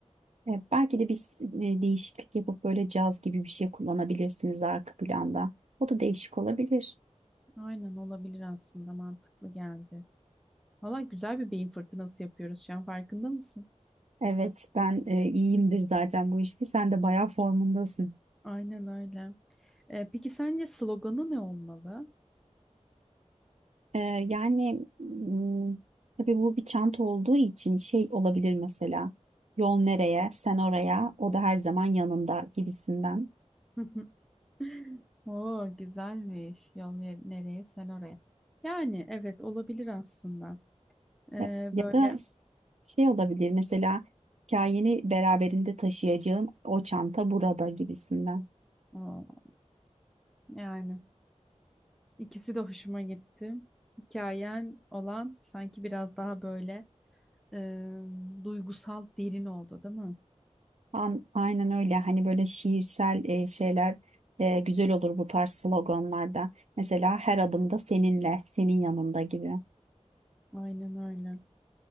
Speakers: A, on the right; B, in the centre.
A: Ee, belki de biz e, değişiklik yapıp böyle caz gibi bir şey kullanabilirsiniz arka planda. O da değişik olabilir.
B: Aynen olabilir aslında mantıklı geldi. Valla güzel bir beyin fırtınası yapıyoruz şu an farkında mısın?
A: Evet ben e, iyiyimdir zaten bu işte. Sen de bayağı formundasın.
B: Aynen öyle. Ee, peki sence sloganı ne olmalı?
A: Ee, yani m, tabii bu bir çanta olduğu için şey olabilir mesela. Yol nereye, sen oraya, o da her zaman yanında gibisinden.
B: <laughs> Oo güzelmiş. Yol yer- nereye sen oraya. Yani evet olabilir aslında. Ee,
A: Ya, ya
B: böyle
A: da ş- şey olabilir mesela hikayeni beraberinde taşıyacağın o çanta burada gibisinden.
B: aa, yani ikisi de hoşuma gitti. Hikayen olan sanki biraz daha böyle e, duygusal derin oldu, değil mi?
A: An- aynen öyle hani böyle şiirsel e, şeyler e, güzel olur bu tarz sloganlarda. Mesela her adımda seninle, senin yanında gibi.
B: Aynen öyle.